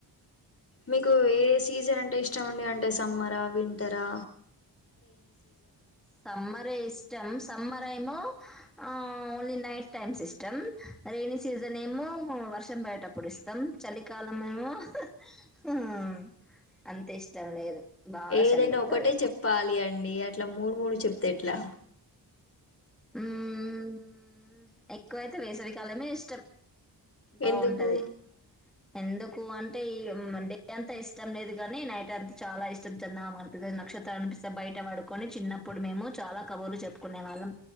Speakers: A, on the left; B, in the centre.
A: మీకు ఏ సీజన్ అంటే ఇష్టం అండి అంటే సమ్మర్ రా వింటార్ రా
B: సమ్మరే ఇష్టం సమ్మర్ ఏమో ఆ ఓన్లీ నైట్ టైమ్స్ ఇష్టం రైనీ సీజన్ ఏమో వర్షం పడేటప్పుడు ఇష్టం చలికాలం ఏమో హ హ అంత ఇష్టం లేదు బాగా
A: ఏదైనా
B: చలి పెడతది
A: ఒకటే చెప్పాలి అండి అ ఇట్లా మూడు మూడు చెప్తే ఏట్లా
B: ఉమ్ ఉ ఎక్కువ అయితే వేసవి కాలమే ఇష్టం బాగుంటది
A: ఎందుకు
B: ఎందుకు అంటే ఈ అంటే డే అంతా ఇష్టం లేదు కాని నైట్ అంత చాలా ఇష్టం చందామమ కనిపిస్తది నక్షత్రలు కనిపిస్తయి బయట పడుకొని చిన్నప్పుడు మేము చాలా కబుర్లు చెప్పుకునే వాళ్ళం